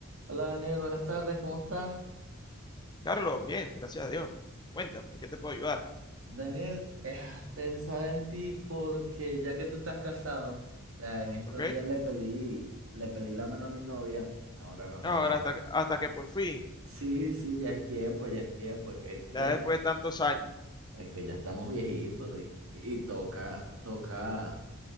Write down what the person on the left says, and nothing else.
Carlos, bien, gracias a Dios. Cuéntame, ¿qué te puedo ayudar?
¿Ok?
No,
Ahora, hasta, que- hasta que por fin,
ya
después de tantos años.